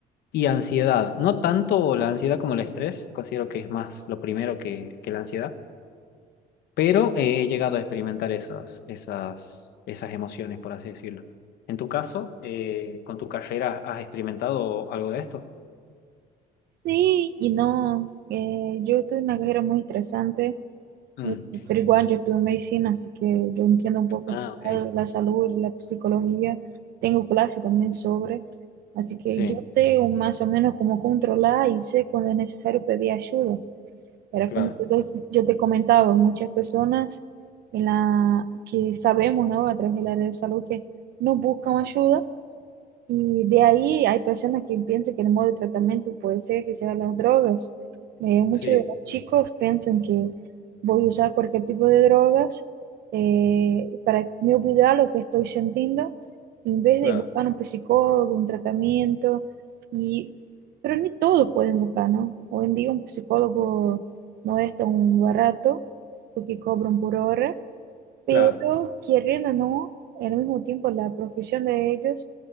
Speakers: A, on the left; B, on the right.
A: y ansiedad, no tanto la ansiedad como el estrés, considero que es más lo primero que, que la ansiedad, pero eh, he llegado a experimentar esas, esas, esas emociones, por así decirlo. En tu caso, eh, con tu carrera, ¿has experimentado algo de esto?
B: sí y no. Eh, yo estuve en una carrera muy estresante
A: Mm.
B: eh, pero igual yo estuve medicina, así que yo entiendo un poco
A: Ah,
B: este
A: ok.
B: lado la salud, la psicología. Tengo clase también sobre, así que
A: Sí,
B: yo sé un- más o menos cómo controlar y sé cuándo es necesario pedir ayuda. Era
A: claro,
B: como yo te, yo te comentaba, muchas personas en la que sabemos, ¿no? A través del área de salud que no buscan ayuda y de ahí hay personas que piensan que el modo de tratamiento puede ser que sean las drogas. Eh, muchos
A: sí,
B: de los chicos piensan que voy a usar cualquier tipo de drogas eh, para me olvidar lo que estoy sintiendo, en vez
A: claro,
B: de buscar un psicólogo, un tratamiento. Y, pero ni todos pueden buscar, ¿no? Hoy en día un psicólogo no es tan barato porque cobran por hora pero
A: claro.
B: queriendo o no, al mismo tiempo la profesión de ellos